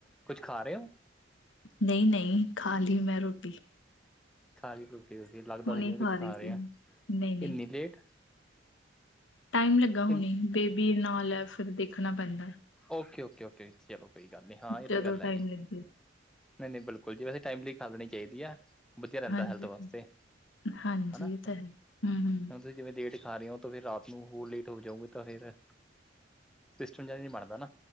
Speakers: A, in the centre; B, on the left (about 85°).
A: ਕੁੱਝ ਖਾ ਰਹੇ ਹੋ
B: ਨਹੀਂ ਨਹੀਂ ਖਾ ਲਈ ਮੈਂ ਰੋਟੀ
A: ਸਾਰੀ ਤੁਸੀ ਤੁਸੀਂ ਲੱਗਦਾਸੀ
B: ਹੁਣੀ
A: ਜਿਵੇਂ ਕੁਝ
B: ਰਹੀ
A: ਖਾ
B: ਸੀ।
A: ਰਹੇ
B: ਨਹੀਂ-ਨਹੀਂ,
A: ਹ ਇੰਨੀ ਲੇਟ
B: ਟਾਈਮ ਲੱਗਾ ਹੁਣੀ
A: ਇਨ
B: ਬੇਬੀ ਨਾਲ ਫਿਰ ਦੇਖਣਾ ਪੈਂਦਾ
A: ਓਕੇ ਓਕੇ ਓਕੇ ਚਲੋ ਕੋਈ ਗੱਲ ਨਹੀਂ ਹਾਂ ਇਹ
B: ਜਦੋਂ
A: ਤਾਂ ਗੱਲ ਹੈ
B: ਟਾਈਮ
A: ਜੀ।
B: ਲੱਗੇ,
A: ਨਹੀਂ ਨਹੀਂ ਬਿਲਕੁਲ ਜੀ ਵੈਸੇ ਟਮਲੀ ਖਾ ਲਣੀ ਚਾਹੀਦੀ ਆ ਵਧੀਆ ਰਹਿੰਦਾ
B: ਹਾਂਜੀ,
A: ਹੈਲਥ ਵਾਸਤੇ
B: ਹਾਂਜੀ
A: ਹਣਾ
B: ਇਹ ਤਾਂ ਹੈ। ਹੂੰ-ਹੂੰ,
A: ਤੁਸੀਂ ਜਿਵੇਂ ਲੇਟ ਖਾ ਰਹੇ ਹੋ ਤਾਂ ਫਿਰ ਰਾਤ ਨੂੰ ਹੋਰ ਲੇਟ ਹੋ ਜਾਊਗੇ ਤਾਂ ਫੇਿਰ ਸਿਸਟਮ ਜ ਬਣਦਾ ਹਣਾ